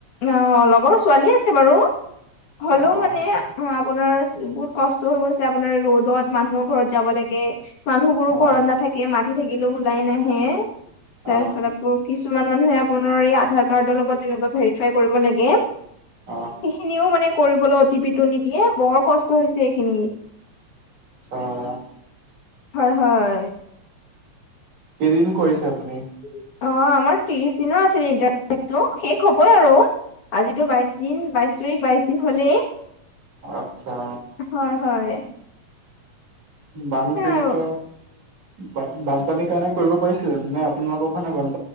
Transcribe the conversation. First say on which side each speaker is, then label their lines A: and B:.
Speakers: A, on the left; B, on the right.
A: অ', লগৰ ছোৱালী আছে বাৰু হলেও
B: অ',
A: মানে আপোনাৰ বহুত কষ্ট হৈ গৈছে আপোনাৰ ৰ'দত মানুহৰ ঘৰত যাব লাগে। মানুহবোৰো
B: অ',
A: ঘৰত নাথাকে মাতি থাকিলেও ওলাই নাহে তাৰ
B: অ',
A: পিছত আকৌ কিছুমান মানুহে আপোনাৰ এই আধাৰ কাৰ্ডৰ লগত তেনেকুৱা ভেৰিফাই কৰিব লাগে।
B: অ',
A: সেইখিনিও মানে কৰিবলৈ অতিপিটো নিদিয়ে বৰ কষ্ট হৈছে এইখিনি
B: অ',
A: হয়, হয়।
B: কেইদিন কৰিছে আপুনি?
A: অ', আমাৰ ত্ৰিশ দিনৰ আছিল ইণ্টাৰ্ণশ্বিপটো শেষ হ'বই আৰু। আজিতো বাইশ দিন বাইশ তাৰিখ বাইশ দিন হলেই
B: আচ্ছা।
A: হয়, হয়
B: বানপীড়িত
A: সেয়া আৰু
B: বানপানীৰ কাৰণে কৰিব পাৰিছে জানো নে আপোনালোকৰ ফালে বান